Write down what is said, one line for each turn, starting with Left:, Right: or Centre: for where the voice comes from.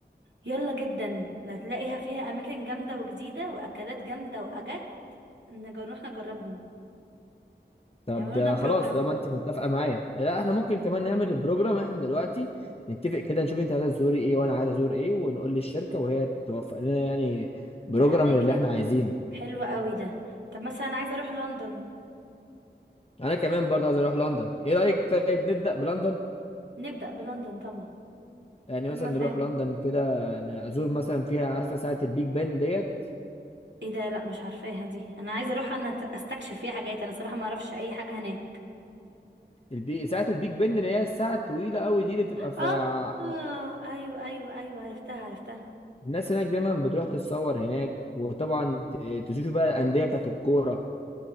Right: يلا جدا هتلاقيها فيها اماكن جامدة وجديدة واكلات جامدة واجد نج- نروح نجربهم
Left: طب
Right: يعملوا
Left: ده
Right: لنا بروجرام
Left: خلاص طالما انت متفقه معايا لا احنا ممكن كمان نعمل البروجرام احنا دلوقتي نتفق كده نشوف انت عايزه تزوري ايه وانا عايز ازور ايه ونقول للشركه وهي توفق لنا يعني بروجرام
Right: الاماكن
Left: اللي احنا عايزينه
Right: حلوة قوي ده طب مثلا عايزة اروح لندن
Left: انا كمان برضه عايز اروح لندن ايه رايك طيب نبدا بلندن
Right: نبدأ بلندن طبعا
Left: يعني
Right: اجمد
Left: مثلا نروح
Right: حاجة
Left: لندن كده ن- ازور مثلا فيها عارفه ساعه البيج بن ديت
Right: ايه ده لا مش عارفاها دي انا عايزه اروح انا أت- استكشف فيها حاجات انا صراحه ما اعرفش اي حاجه هناك
Left: البي... ساعه البيج بن اللي هي الساعه الطويله قوي دي اللي بتبقى في
Right: اه
Left: ع-
Right: آه، ايوه ايوه ايوه عرفتها عرفتها
Left: الناس هناك دايما بتروح تتصور هناك وطبعا ت- تشوفوا بقى الانديه بتاعت الكوره